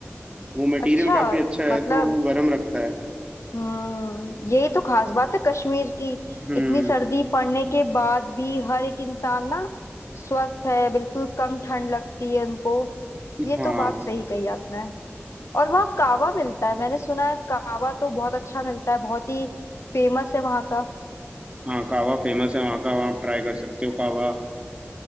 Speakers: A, on the right; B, on the left.
A: वो मटेरियल
B: अच्छा
A: काफी अच्छा
B: मतलब
A: है तो वो गर्म रखता है
B: हम्म यही तो खास बात है कश्मीर की
A: हम्म
B: इतनी सर्दी पड़ने के बाद भी हर एक इंसान ना स्वस्थ है बिल्कुल कम ठंड लगती है उनको ये
A: हाँ
B: तो बात सही कही आपने और वहाँ कावा मिलता है मैंने सुना है कावा तो बहुत अच्छा मिलता है बहुत ही फेमस है वहाँ का
A: हाँ कावा फेमस है वहाँ का वहाँ आप ट्राई कर सकते हो कावा